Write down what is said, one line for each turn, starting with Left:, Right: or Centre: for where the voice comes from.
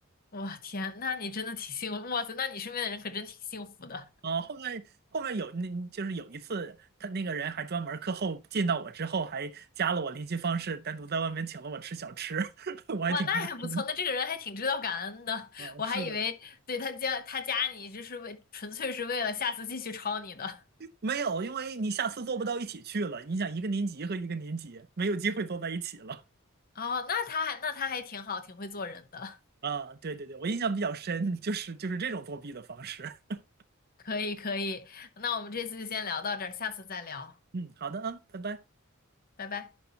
Left: 哇，天，那你真的挺幸福。哇塞，那你身边的人可真挺幸福的。
Right: 啊，后面后面有那，就是有一次，他那个人还专门课后见到我之后，还加了我联系方式，单独在外面请了我吃小吃，<laughs> 我还挺开心
Left: 哇，那还不错，那这个人还挺知道感恩的。
Right: 的。
Left: 我还以为对他加他加你，
Right: 是的，
Left: 就是为纯粹是为了下次继续抄你的。
Right: 没有，因为你下次做不到一起去了。你想一个年级和一个年级没有机会坐在一起了
Left: 哦，那他还那他还挺好，挺会做人的。
Right: 啊！对对对，我印象比较深，就是就是这种作弊的方式。<laughs>
Left: 可以可以，那我们这次就先聊到这儿，下次再聊，
Right: 嗯，好的啊，拜拜。
Left: 拜拜。